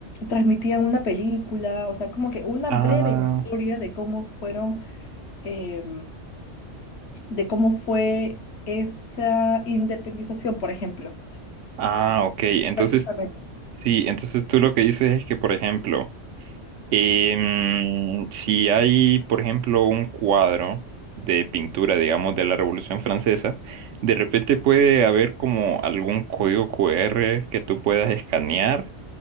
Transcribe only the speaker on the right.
ah,
ah, ok. Entonces,
sí, entonces tú lo que dices es que, por ejemplo, Em, si hay, por ejemplo, un cuadro de pintura, digamos, de la Revolución Francesa, de repente puede haber como algún código QR que tú puedas escanear